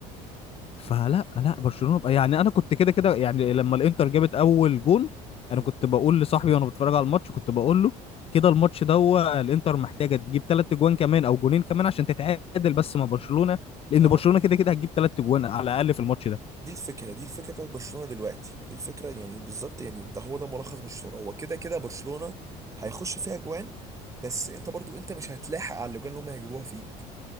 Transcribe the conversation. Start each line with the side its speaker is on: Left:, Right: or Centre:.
Left: فلا لا برشلونة بقى يعني انا كنت كده كده يعني لما الانتر جابت اول جون
Right: مم.
Left: انا كنت بقول لصاحبي وانا بتفرج على الماتش كنت بقول له كده الماتش ده هو الانتر محتاجة تجيب ثلاث جوان كمان او جونين كمان عشان تتعادل بس مع برشلونة لان
Right: اه
Left: برشلونة كده كده هتجيب ثلاث جوان على الاقل في الماتش ده
Right: دي الفكرة دي الفكرة بتاعت برشلونة دلوقتي دي الفكرة يعني بالظبط يعني ده هو ده ملخص برشلونة هو كده كده برشلونة هيخش فيها جوان بس انت برضو انت مش هتلاحق على الاجوان اللي هم هيجيبوها فيك